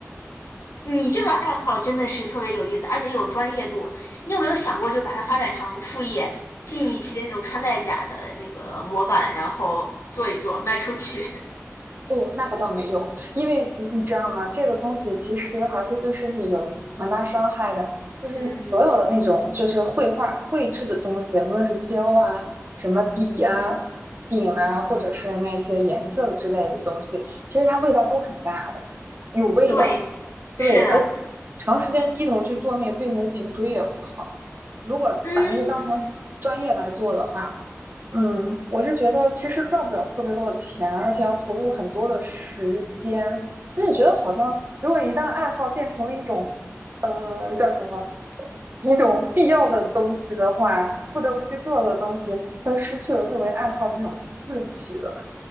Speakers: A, on the left; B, on the right.
A: 你这个爱好真的是特别有意思，而且有专业度。你有没有想过，就是把它发展成副业，进一些那种穿戴甲的那个模板，然后做一做，卖出去？
B: 哦，那个倒没有，因为你你知道吗？这个东西其实还是对身体有蛮大伤害的。就是所有的那种就是绘画绘制的东西，
A: <laughs> 嗯，
B: 无论是胶啊、什么底啊、顶啊，或者是那些颜色之类的东西，其实它味道都很大的，有味道。
A: 对，
B: 对，
A: 是的。
B: 而且长时间低头去做那个，对你的颈椎也不好。如果把那个当成专业来做的话，
A: 嗯嗯
B: 嗯，我是觉得其实赚不了特别多的钱，而且要投入很多的时间。那就觉得好像，如果一旦爱好变成了一种，呃，叫什么，一种必要的东西的话，不得不去做的东西，它就失去了作为爱好的那种乐趣了。